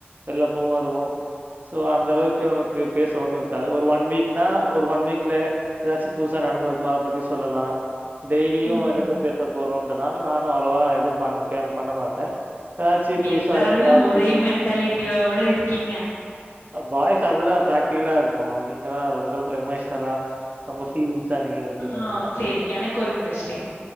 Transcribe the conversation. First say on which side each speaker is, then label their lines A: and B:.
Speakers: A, on the right (about 45°); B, on the left (about 75°).
A: வெள்ளப்போவோம் வருவோம் சோ அந்த அளவுக்கு நமக்கு பேச ஒண்ணும் இருக்காது ஒரு ஒன் வீக் நா ஒரு ஒன் வீக்ல ஏதாச்சும் புதுசா நடந்திருக்கும் அத பத்தி சொல்லலாம் டெய்லியும்
B: ம்.
A: என்னத்த பேச போறோம் நானும் அவ்வளவா எதுவும் பண்ண <unintelligible> பண்ண மாட்டேன் எதாச்சு புதுசா
B: எல்லாருமே
A: இருக்கு எதாச்சு
B: ஒரே மென்டாலிட்டியோட இருக்கீங்க.
A: வாய்ஸ் அப்படிதான் பிராக்டிகல்லா இருப்போம் நீங்க தான் ரொம்ப எமோஷனலா ரொம்ப ஃபீலிங்ஸா நீங்க இருப்பீங்க
B: ஆஹ்
A: நீங்க.
B: செரி எனக்கு ஒரு கொஸ்டின்
A: அ